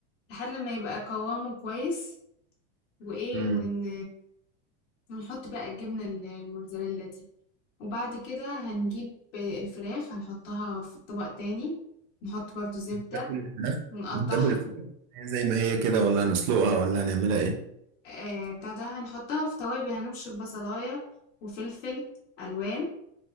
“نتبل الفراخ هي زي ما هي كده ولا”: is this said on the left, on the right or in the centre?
Right